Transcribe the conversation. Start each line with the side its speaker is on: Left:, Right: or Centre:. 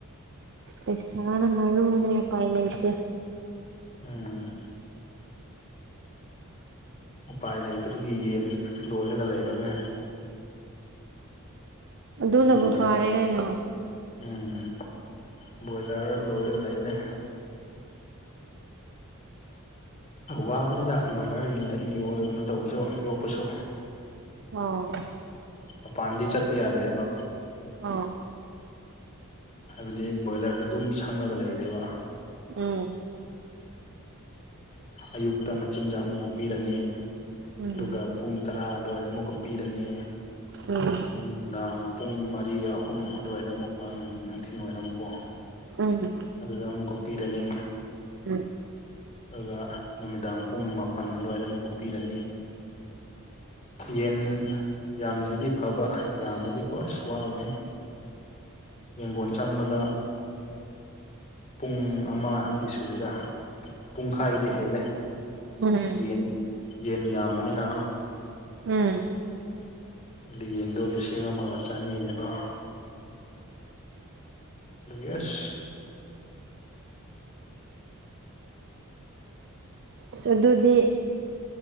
Right: ꯄꯩꯁꯥꯅ ꯃꯔꯨꯅꯦ ꯎꯄꯥꯏ ꯂꯩꯇꯦ
Left: ꯎꯝ ꯎꯄꯥꯏ ꯂꯩꯇꯕꯒꯤ ꯌꯦꯟ ꯂꯣꯏꯔꯒ ꯂꯩꯔꯕꯅꯦ
Right: ꯑꯗꯨꯅꯕꯨ
Left: ꯕꯔꯣꯏꯂꯔ
Right: ꯐꯔꯦ ꯀꯩꯅꯣ
Left: ꯎꯝ ꯕꯔꯣꯏꯂꯔ ꯂꯣꯏꯔꯒ ꯂꯩꯕꯅꯦ ꯋꯥꯕꯅꯤꯗ ꯕꯔꯣꯏꯂꯔ ꯂꯩ ꯌꯣꯜꯂ ꯀꯩꯅꯣ ꯇꯧꯕꯁꯨ ꯌꯣꯛꯄꯁꯨ
Right: ꯑꯧ
Left: ꯃꯄꯥꯟꯗꯤ ꯆꯠꯄ ꯌꯥꯗ꯭ꯔꯦꯕ
Right: ꯑꯥ
Left: ꯍꯥꯏꯕꯗꯤ ꯕꯔꯣꯏꯂꯔꯗ ꯑꯗꯨꯝ ꯁꯪꯉꯥꯒ ꯂꯩꯔꯦꯕ
Right: ꯎꯝ
Left: ꯑꯌꯨꯛꯇ ꯃꯆꯤꯟꯖꯥꯛ ꯃꯨꯛꯒ ꯄꯤꯔꯅꯤ
Right: ꯎꯝ
Left: ꯑꯗꯨꯒ ꯄꯨꯡ ꯇꯔꯥ ꯑꯗꯨꯋꯥꯏꯗ ꯑꯃꯨꯛꯀ ꯄꯤꯔꯅꯤ
Right: ꯎꯝ
Left: ꯅꯨꯡꯗꯥꯡ ꯄꯨꯡ ꯃꯔꯤ ꯑꯍꯨꯝ ꯑꯗꯨꯋꯥꯏꯗ ꯑꯃꯨꯛ ꯅꯨꯡ ꯅꯨꯡꯊꯤꯜ ꯋꯥꯏꯔꯝꯀꯣ
Right: ꯎꯝ
Left: ꯑꯗꯨꯗ ꯑꯃꯨꯛꯀ ꯄꯤꯔꯅꯤ
Right: ꯎꯝ
Left: ꯑꯗꯨꯒ ꯅꯨꯃꯤꯗꯥꯡ ꯄꯨꯡ ꯃꯥꯄꯜ ꯑꯗꯨꯋꯥꯏꯗ ꯑꯃꯨꯛꯀ ꯄꯤꯔꯅꯤ ꯌꯦꯟ ꯌꯥꯝꯗ꯭ꯔꯗꯤ ꯐꯕ ꯌꯥꯝꯂꯗꯤ ꯀꯣ ꯑꯁ ꯋꯥꯕꯅꯦ ꯌꯦꯟꯒꯣꯟ ꯆꯪꯕꯗ ꯄꯨꯡ ꯑꯃ ꯗꯤ ꯁꯨꯗꯦꯗ ꯄꯨꯡꯈꯥꯏꯗꯤ ꯍꯦꯜꯂꯦ
Right: ꯎꯝ
Left: ꯌꯦꯟ ꯌꯦꯟ ꯌꯥꯝꯕꯅꯤꯅ
Right: ꯎꯝ
Left: ꯂꯤꯌꯦꯟꯗꯣ ꯂꯤꯁꯤꯡ ꯑꯃꯒ ꯆꯅꯤꯅꯦꯕ ꯗꯨꯒꯤ ꯑꯁ
Right: ꯑꯁ ꯑꯗꯨꯗꯤ